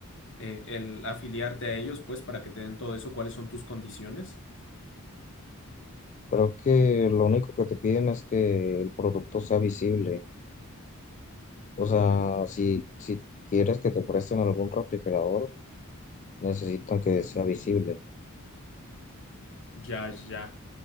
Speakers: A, on the left (about 60°); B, on the left (about 35°).
A: eh, el afiliarte a ellos, pues, para que te den todo eso, cuáles son tus condiciones.
B: Creo que lo único que te piden es que el producto sea visible. O sea, si, si quieres que te presten algún refrigerador, necesitan que sea visible.
A: Ya, ya.